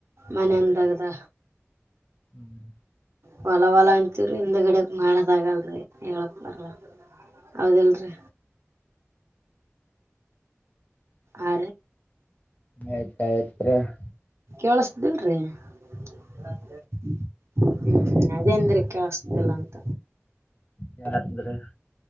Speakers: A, on the right; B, on the left.
A: ಮನಂದಗದ
B: ಹ್ಮ್
A: ಹೊಲ ಹೊಲ ಅಂತವ್ರಿ ಹಿಂದ ಗಿಡಕ್ ಮಾಡದ ಆಗಲ್ರರಿ ಹೇಳಕ್ ಬರ್ಲ್ಲ ಅೌದೆಲ್ರಿ ಆ
B: ಆಯ್ತಯತ್ರೀ <unintelligible>
A: ಕೇಳಸ್ದಿಲ್ರಿ <unintelligible> ಅದೆೇಂದ್ರ ಕೆಲ್ಸ್ತಲ್ಲ ಅಂತ
B: ಯಾರಂದ್ರೆ <unintelligible>